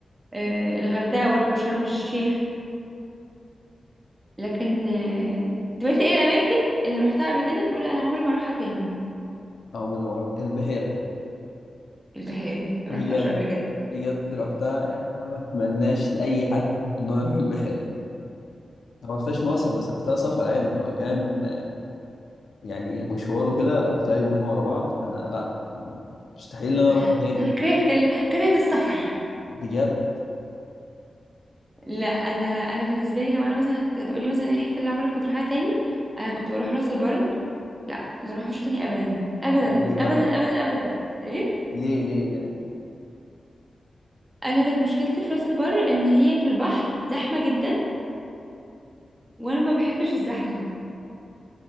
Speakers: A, on the right; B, on the left.
A: آه، الغردقة برضه وشرم الشيخ لكن آه، طب انت ايه الأماكن اللي روحتها قبل كده تقول أنا عمري ما أروحها تاني
B: عمري ما رحت البحيره
A: البحيرة ما
B: بجد
A: روحتهاش قبل كده
B: بجد رحتها يعني أنا ما اتمناش لاي حد ان هو يروح البحيره أنا ما رحتهاش مصيف بس رحتها سفر عادي كمكان يعني مشواره كده رحتها يومين ورا بعض انا لا مستحيل ان انا اروحها
A: <laughs>
B: تاني
A: أنا كرهت ال... كرهت السفر <laughs>
B: بجد
A: لا أنا أنا بالنسبة لي لو أنا مثلا هت- هتقولي مثلا ايه الحتة اللي عمرك ما تروحها تاني أنا كنت بروح راس البر لا ما اروحوش تاني أبدا أبدا
B: ليه بقى
A: أبدا أبدا أبدا, أبداً. ايه
B: ليه ليه يعني
A: أنا كانت مشكلتي في راس البر إن هي في البحر زحمة جدا وأنا ما بحبش الزحمة